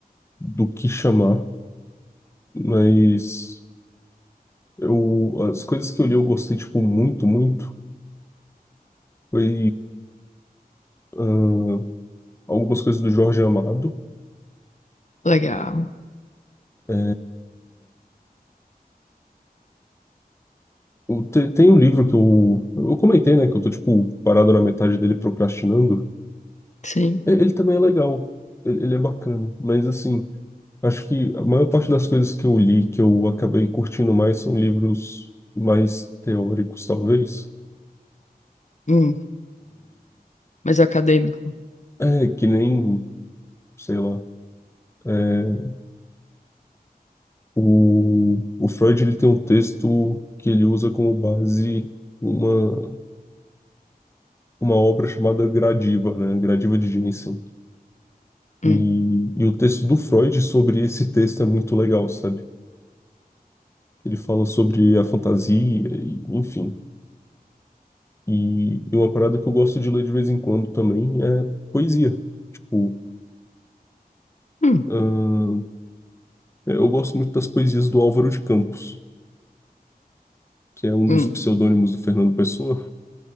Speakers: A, on the left (about 15°); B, on the left (about 50°).
A: do que chamar, mas eu, as coisas que eu li eu gostei, tipo, muito, muito. Foi ah, algumas coisas do Jorge Amado.
B: Legal.
A: É, eu te- tem um livro que eu, eu comentei, né? Que eu tô, tipo, parado na metade dele procrastinando.
B: Sim.
A: E- Ele também é legal. Ele, ele é bacana. Mas, assim, acho que a maior parte das coisas que eu li, que eu acabei curtindo mais, são livros mais teóricos, talvez.
B: Hum. Mas acadêmico.
A: Ah, é, que nem, sei lá. é, o, o Freud, ele tem um texto que ele usa como base. Uma, uma obra chamada Gradiva, né? Gradiva de Jensen.
B: Hum.
A: E, e o texto do Freud sobre esse texto é muito legal, sabe? Ele fala sobre a fantasia, e- enfim. E, e uma parada que eu gosto de ler de vez em quando também é poesia. Tipo,
B: Hum.
A: ahn, eu gosto muito das poesias do Álvaro de Campos, que é um
B: Hum.
A: dos pseudônimos do Fernando Pessoa.